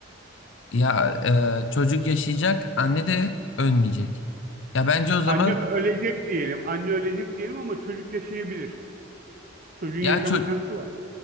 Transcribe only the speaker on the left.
Ya eee, çocuk yaşayacak, anne de ölmeyecek. Ya bence o zaman
ya
ço-